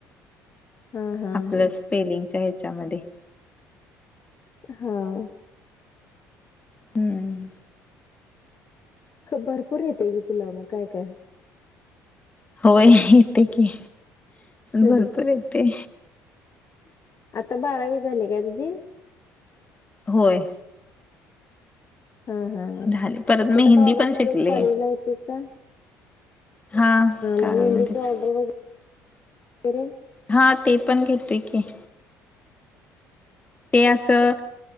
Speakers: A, on the left (about 35°); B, on the left (about 15°).
A: हा हा
B: आपलं
A: हा
B: स्पेलिंगच्या ह्याच्यामध्ये.
A: हां.
B: हम्म.
A: भरपूर येतय की तुला मग काय, काय..
B: होय येतय की,
A: हम्म
B: भरपूर
A: हम्म
B: येतय.
A: आता बारावी झाली काय तुझी?
B: होय.
A: हा हा ह
B: झाले परत
A: कुठं
B: मी हिंदी
A: कॉगलमध्ये
B: पण शिकले
A: कॉलेजला तेच का हा
B: हा कागलमध्येच
A: मग मेहंदीची ऑर्डर वगैरे केले?
B: हा ते पण घेते की. ते असं,